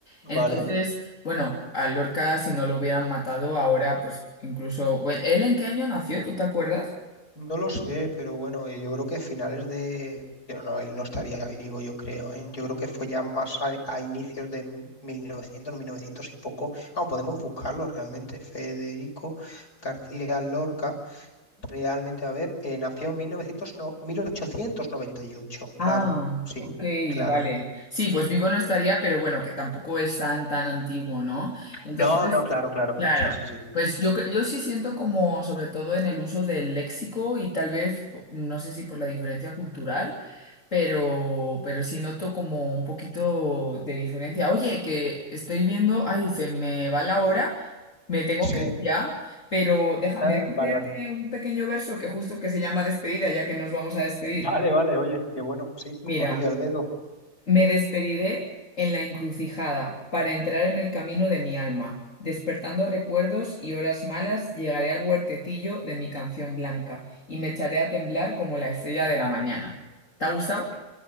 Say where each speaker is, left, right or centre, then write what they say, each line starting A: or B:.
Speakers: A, on the left (about 55°); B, on the left (about 80°).
A: Entonces,
B: ¿Vale?
A: bueno, a Lorca, si no lo hubieran matado ahora, pues incluso... bueno, ¿Él en qué año nació? ¿Tú te acuerdas?
B: No lo sé, pero bueno, eh, yo creo que finales de... Yo no, él no estaría vivo, yo creo, ¿eh? Yo creo que fue ya más a, a inicios de 1900, 1900 y poco. Ah, podemos buscarlo realmente. Federico García Lorca, realmente, a ver, eh, nació en 1900, no- 1898, claro,
A: Ah,
B: sí,
A: ok,
B: claro.
A: vale. Sí, pues vivo no estaría, pero bueno, que tampoco es tan, tan antiguo, ¿no? Entonces,
B: No, no, claro, claro.
A: claro,
B: Sí, sí, sí.
A: pues yo, cre- yo sí siento como, sobre todo en el uso del léxico y tal vez, no sé si por la diferencia cultural, pero, pero sí noto como un poquito de diferencia. Oye, que estoy viendo, ay, se me va la hora, me tengo
B: Sí.
A: que ir ya, pero déjame,
B: Ah,
A: ¿me dejas
B: vale,
A: leerte
B: vale.
A: un pequeño verso que justo que se llama despedida, ya que nos vamos a despedir?
B: Vale, vale, oye, qué bueno, sí,
A: Mira.
B: como anillo al dedo.
A: Me despedidé en la encrucijada para entrar en el camino de mi alma. Despertando recuerdos y horas malas, llegaré al huertecillo de mi canción blanca y me echaré a temblar como la estrella de la mañana. ¿Te ha gustado?